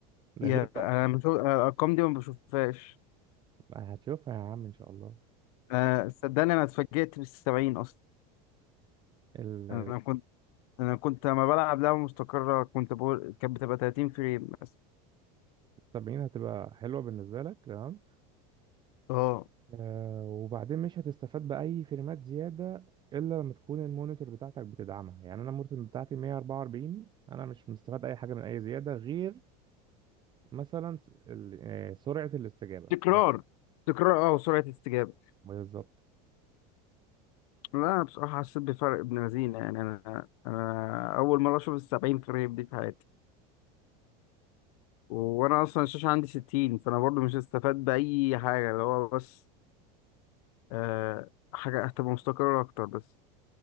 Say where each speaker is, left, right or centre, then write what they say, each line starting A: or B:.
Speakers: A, on the right; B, on the left.
A: ده
B: يا
A: غير بقى
B: انا بشوف أنا الارقام دي ما بشوفهاش
A: هتشوفها يا عم ان شاء الله
B: آه، صدقني انا اتفاجئت بال 70 اصلا
A: ال
B: انا كنت انا كنت لما بلعب لعبة مستقرة كنت بقول كانت بتبقى 30 فريم مثلا
A: 70 هتبقى حلوه بالنسبه لك تمام
B: اه
A: آه، وبعدين مش هتستفاد بأي فريمات زيادة إلا لما تكون المونيتور بتاعتك بتدعمها يعني أنا المونيتور بتاعتي 144 أنا مش مستفاد أي حاجة من أي زيادة غير مثلا س- ال- آه، سرعة الاستجابة
B: تكرار
A: بس
B: تكرار اه وسرعة استجابة
A: بالظبط
B: لا انا بصراحه حسيت بفرق ابن لذينه يعني انا انا اول مره اشوف السبعين فريم دي في حياتي وانا اصلا الشاشه عندي ستين فانا برضو مش هستفاد باي حاجه اللي هو بس آه حاجه هتبقى مستقره اكتر بس